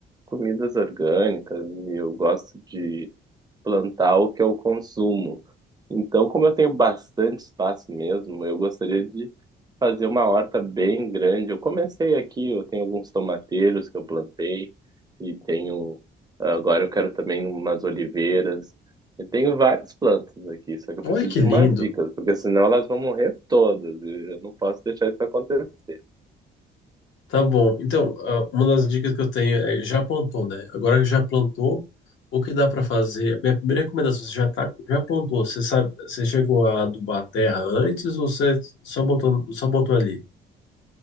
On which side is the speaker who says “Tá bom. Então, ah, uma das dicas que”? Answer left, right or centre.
Left